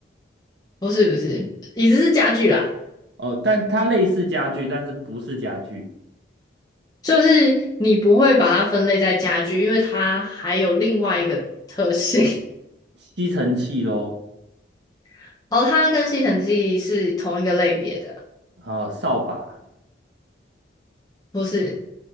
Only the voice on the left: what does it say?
不是不是，椅子是家具啦，
就是你不会把它分类在家具，因为它还有另外一个特性，
<laughs> 哦，它跟吸尘器是同一个类别的，
不是。